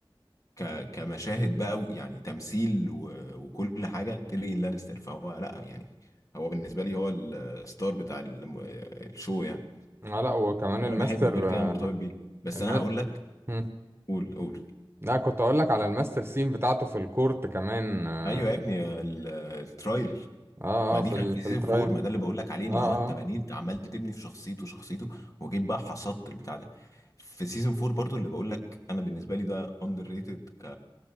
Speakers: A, on the left; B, on the right.
A: ك كمشاهد بقى و- يعني تمثيل و... وكل حاجه تيريون لانستر فهو لا يعني هو بالنسبه لي هو الستار بتاع الم... الشو يعني
B: اه لا وكمان
A: وانا
B: الماستر
A: بحبه طب غير كده
B: آه،
A: مرتبط بيه بس
B: الم...
A: انا هقول لك
B: هم.
A: قول قول
B: لا كنت اقول لك على الماستر سين بتاعته في الكورت كمان اه
A: ايوه يا ابني ال- الترايل
B: اه
A: ما
B: آه،
A: دي
B: في
A: كانت
B: ال...
A: في
B: في
A: سيزون
B: الترايل
A: فور ما ده اللي بقول لك عليه اللي
B: اه
A: هو انت
B: اه
A: بنيت عمال تبني في شخصيته شخصيته وجيت بقى حصدت البتاع ده في سيزون فور برضو اللي بقول لك انا بالنسبه لي ده اندر ريتد ك